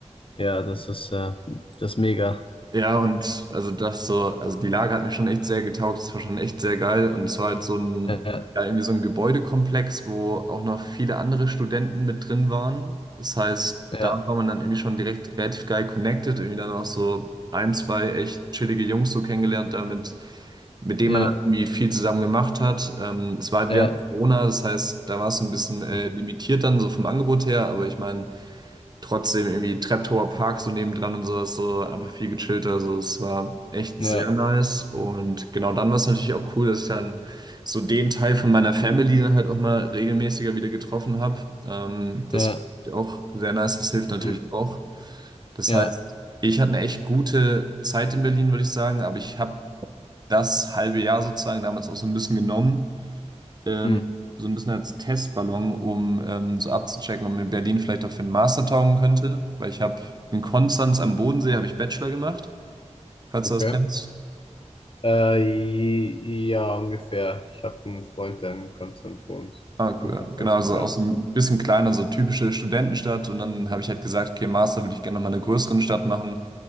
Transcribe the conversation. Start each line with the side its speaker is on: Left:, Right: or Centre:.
Left: ja, das ist, äh, das ist mega.
Right: Ja, und also das so, also die Lage hat mir schon echt sehr getaugt. Es war schon echt sehr geil. Und es war halt so ein,
Left: Ja,
Right: ja, irgendwie so ein Gebäudekomplex, wo auch noch viele andere Studenten mit drin waren. Das heißt,
Left: ja,
Right: da war man dann irgendwie schon direkt relativ geil connected. Irgendwie dann auch so ein, zwei echt chillige Jungs so kennengelernt damit mit dem
Left: ja,
Right: man dann irgendwie viel zusammen gemacht hat. Ähm, es war halt
Left: ja,
Right: während Corona, das heißt, da war es so ein bisschen äh,
Left: hm,
Right: limitiert dann so vom Angebot her, aber ich meine, trotzdem irgendwie Treptower Park so nebendran und sowas, so einfach viel gechillter. Also es war echt
Left: ja,
Right: sehr nice. Und genau dann war es natürlich auch cool, dass ich dann so den Teil von meiner Family dann halt auch mal regelmäßiger wieder getroffen habe. Ähm, das
Left: ja,
Right: fand ich auch sehr nice, das hilft natürlich
Left: hm,
Right: auch. Das
Left: ja,
Right: heißt, ich hatte eine echt gute Zeit in Berlin, würde ich sagen, aber ich habe das halbe Jahr sozusagen damals auch so ein bisschen genommen, ähm,
Left: hm.
Right: so ein bisschen als Testballon, um ähm, so abzuchecken, ob mir Berlin vielleicht auch für einen Master taugen könnte, weil ich habe in Konstanz am Bodensee habe ich Bachelor gemacht, falls
Left: Okay.
Right: du das kennst.
Left: Äh, j- ja, ungefähr. Ich habe einen Freund, der in Konstanz wohnt.
Right: Ah,
Left: In
Right: cool, ja.
Left: Konstanz
Right: Genau, also
Left: wohnt, ja.
Right: auch so ein bisschen kleiner, so typische Studentenstadt. Und dann habe ich halt gesagt, okay, Master würde ich gerne noch mal in einer größeren Stadt machen.